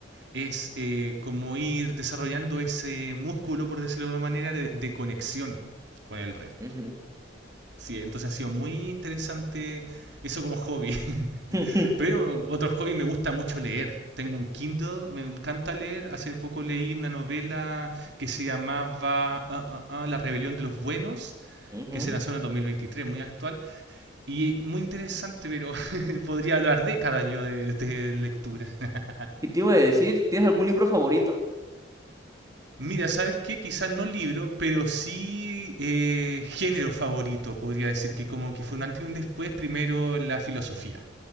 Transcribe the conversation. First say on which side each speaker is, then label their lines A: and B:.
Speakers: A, on the right; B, on the right.
A: es eh, como ir desarrollando ese músculo, por decirlo de alguna manera, de, de conexión con el resto.
B: ujú.
A: Sí, entonces ha sido muy interesante eso como hobby.
B: <laughs>
A: Pero otro hobby me gusta mucho leer. Tengo un Kindle, me encanta leer. Hace poco leí una novela que se llamaba ah, ah, ah, La Rebelión de los Buenos,
B: Ujú.
A: que se lanzó en el 2023, muy actual. Y muy interesante, pero <laughs> podría hablar décadas yo de, de lectura. <laughs>
B: ¿Y te iba a decir, ¿tienes algún libro favorito?
A: Mira, ¿sabes qué? Quizás no libro, pero sí eh, género favorito, podría decir que como que fue un antes y un después, primero la filosofía.